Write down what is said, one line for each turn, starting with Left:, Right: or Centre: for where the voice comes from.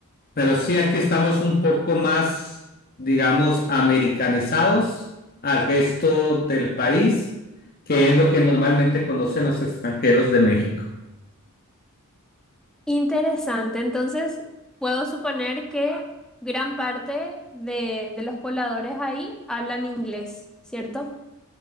Left: pero sí aquí estamos un poco más, digamos, americanizados al resto del país, que es lo que normalmente conocen los extranjeros de México.
Centre: Interesante. Entonces, puedo suponer que gran parte de, de los pobladores ahí hablan inglés, ¿cierto?